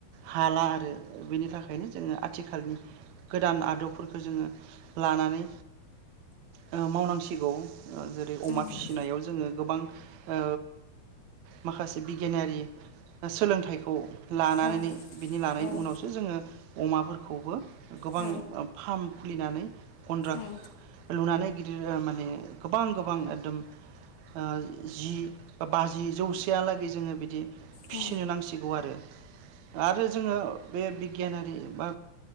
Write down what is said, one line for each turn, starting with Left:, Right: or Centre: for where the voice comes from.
Right: हाला आरो बेनि थाखायनो जोङो आथिखालनि गोदान आदबफोरखौ जोङो लानानै ओ मावनांसि गौ। ओ जेरै अमा
Left: औ
Right: फिसिनायाव जोङो गोबां ओ माखासे बिगियानारि सोलोंथाइखौ लानानैनि
Left: औ
Right: बिनि
Left: औ
Right: लानायनि
Left: औ
Right: उनावसो जोङो अमाफोरखौबो गोबां
Left: औ
Right: ओ फार्म खुलिनानै गन्द्रा
Left: औ।
Right: लुनानै गिदिर माने गोबां गोबां एकदम ओ जि बा बाजि जौसेयालागै जोङो बिदि फिसिनो
Left: औ
Right: नांसिगौ आरो ओ आरो जोङो बे बिगियानारि बा